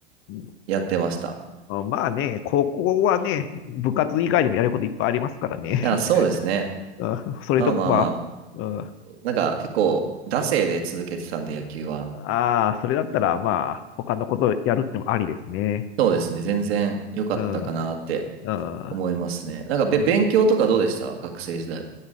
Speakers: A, on the left; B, on the right.
A: ーん、
B: やってました。
A: あまあね、高校はね、部活以外にもやることいっぱいありますからね。
B: いや、そうですね。
A: <laughs> うんそれと、
B: まあまあまあ、
A: まあ、うん
B: なんか結構、惰性で続けてたんで、野球は。
A: ああ、それだったら、
B: うん
A: まあ、他のことやるってもありですね。
B: そうですね。全然良かったかなって
A: うん。うん。
B: 思いますね。なんかべ、
A: うん
B: 勉強とかどうでした学生時代。